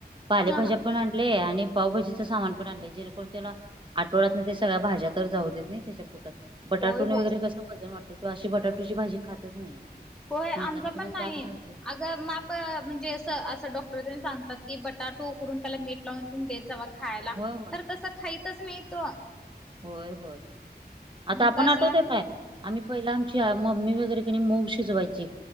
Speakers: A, on the right (about 30°); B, in the centre.
A: पालेभाज्या
B: हा हा
A: पण आणलय आणि पावभाजीच सामान पण आणलय. जेणेकरून त्याला आठवड्यातन ते सगळ्या भाज्या पण जाऊ देत ना त्याच्या पोटात. बटाटू
B: होय
A: न
B: होय
A: वगैरे कसं वजन वाढत, तो अशी बटाटूची भाजी खातच नाही.
B: होयं
A: म्हणताना
B: आमचा
A: कोणी
B: पण नाहीये
A: त्यात घालते
B: अग माप प.. म्हणजे असं असं डॉक्टर त्यां सांगतात की, बटाटू उकडून त्याला मीठ लावून देत जावा. खायला
A: होय होय
B: तर तसं खायचच नाही तो
A: होय होय आता,
B: मग
A: आपण
B: कसं
A: आठवत काय? आम्ही पहिला आमची मम्मी वगैरे की नाय मूग शी मुग शिजवायची